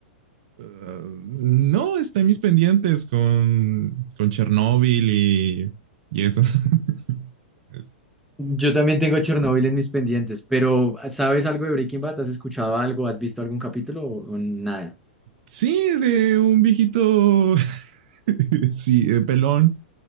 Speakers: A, on the right; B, in the centre.
A: Uh, no, está en mis pendientes con, con Chernobyl y, y eso. <laughs> Este,
B: Yo también tengo Chernobyl en mis pendientes, pero ¿sabes algo de Breaking Bad? ¿Has escuchado algo? ¿Has visto algún capítulo o o nada?
A: sí, de un viejito, <laughs> sí, eh, pelón,